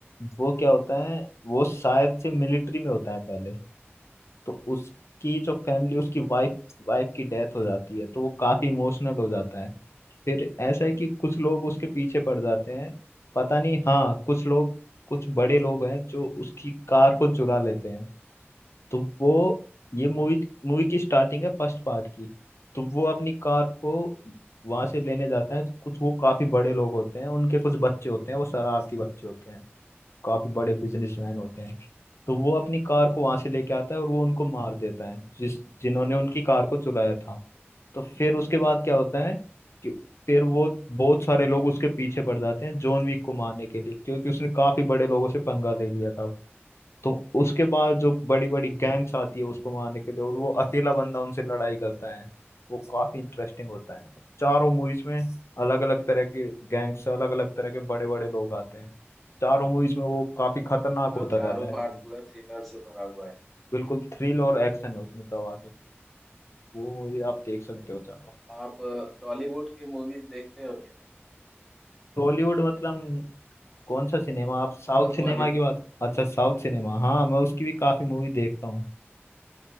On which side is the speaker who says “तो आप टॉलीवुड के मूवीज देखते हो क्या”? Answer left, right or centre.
Centre